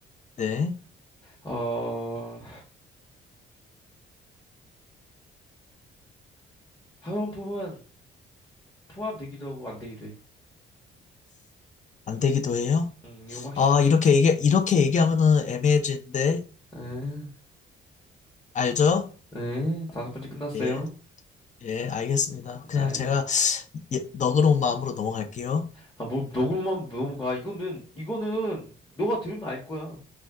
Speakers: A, on the left; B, on the left.
A: 네.
B: 어, 화장품은 포함되기도 하고 안 되기도 해.
A: 안 되기도 해요.
B: 음, 이건 확실해.
A: 아, 이렇게 얘기, 이렇게 얘기하면은 애매해지는데,
B: 에,
A: 알죠?
B: 에, 다섯 번째 끝났어요.
A: 예. 예, 알겠습니다. 그냥
B: 에.
A: 제가 예, 너그러운 마음으로 넘어갈게요.
B: 아, 뭐, 먹을만 넘어가. 이거는, 이거는, 너가 들으면 알 거야.